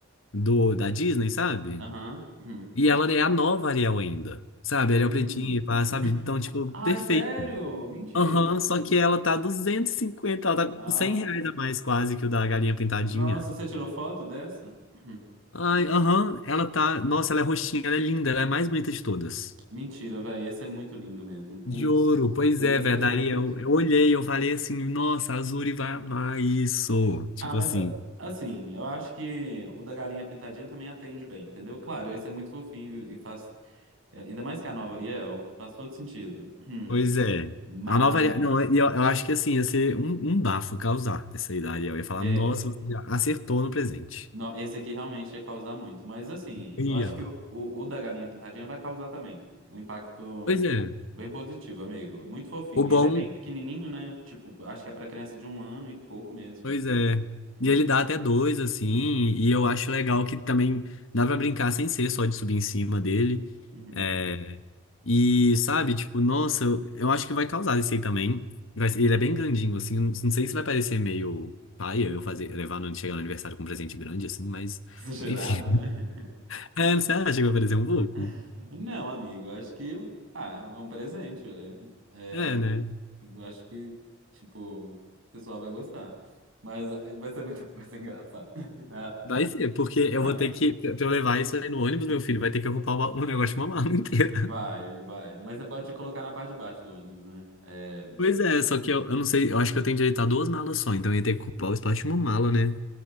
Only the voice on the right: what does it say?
Aham. Hum.
Hum.
Ai,
sério? Mentira.
Ah,
Nossa, você tirou foto dessa? Hum.
Mentira, velho. Esse é muito lindo mesmo. Putz,
seria
perfeito.
Ah, mas
a- assim, eu acho que o da galinha pintadinha também atende bem, entendeu? Claro, esse é muito fofinho e faz. é, Ainda mais que a nova Ariel, faz todo sentido. <clears throat> Hum.
Mas.
é,
Não, esse aqui realmente ia causar muito. Mas assim,
eu acho que o, o, o da galinha pintadinha vai causar também. Um impacto
bem positivo, amigo. Muito fofinho.
Ele
é bem pequenininho, né? Tipo, acho que é pra criança de um ano e pouco mesmo.
assim.
Hum,
uhum,
uhum.
Exagerado,
né?
<laughs> Não, amigo, acho que. Ah, é um presente, velho. É,
eu acho que, tipo, o pessoal vai gostar. Mas ah, vai ser muito, <laughs> vai ser engraçado. <laughs>
É.
Vai, vai. Mas você pode colocar na parte de baixo do ônibus, né? É,